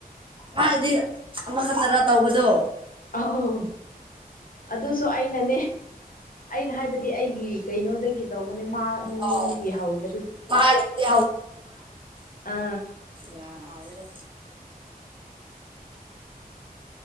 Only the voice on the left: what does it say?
ꯑꯥꯎ ꯑꯗꯨꯁꯨ ꯑꯩꯅꯅꯦ ꯑꯩꯅ ꯍꯥꯏꯕꯗꯤ ꯑꯩꯒꯤ ꯀꯩꯅꯣꯗꯒꯤ ꯇꯧꯕ ꯃ ꯃꯥ
ꯃꯟꯒ ꯍꯥꯎꯗ꯭ꯔ
ꯑ